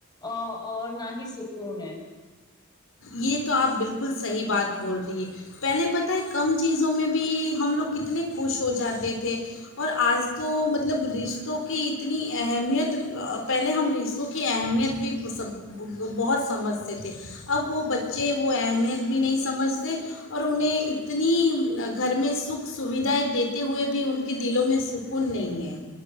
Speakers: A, on the left (about 20°); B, on the left (about 65°).
A: ا اور نہ ہی سکون ہے
B: یہ تو آپ بالکل صحیح بات بول رہی ہے پہلے پت ہے کم چیزوں میں بھی ہم لوگ کتنے خوش ہو جاتے تھے اور آج تو مطلب رشتوں کی اتنی اہمیت پہلے ہم رشتوں کی اہمیت بھیب بہت سمجھتے تھے اب وہ بچے وہ اہمیت بھی نہیں سمجھتے اور انہیں اتنی گھر میں سکھ سویدھائیں دیتے ہوئے بھی ان کے دلوں میں سکون نہیں ہے